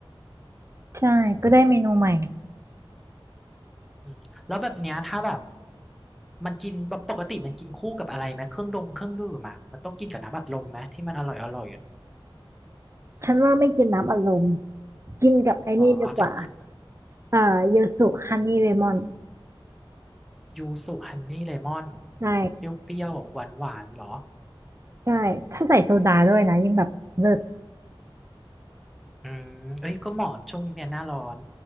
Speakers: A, on the right; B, in the centre.
A: ใช่ก็ได้เมนูใหม่
B: อืมแล้วแบบเนี้ยถ้าแบบมันกินแบบปกติมันกินคู่กับอะไรไหมเครื่องดองเครื่องดื่มอะมันต้องกินกับน้ำอัดลมไหมที่มันอร่อยอร่อยอ่ะ
A: ฉันว่าไม่กินน้ำอัดลมกินกับไอ้นี่ดีกว่า
B: อ๋อเอาจะกิน
A: เอ่อเยลสุฮันนี่เลมอน
B: ยูสุฮันนี่เลมอน
A: ได้
B: เปรี้ยวๆหวานหวานเหรอ
A: ใช่ถ้าใส่โซดาด้วยนะยิ่งแบบเลิศ
B: อืมเอ้ยก็เหมาะช่วงเนี้ยหน้าร้อน